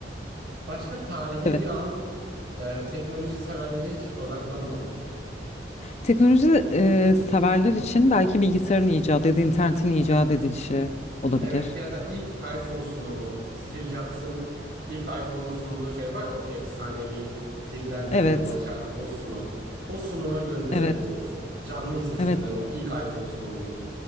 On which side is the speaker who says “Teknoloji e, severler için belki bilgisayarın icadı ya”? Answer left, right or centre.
Left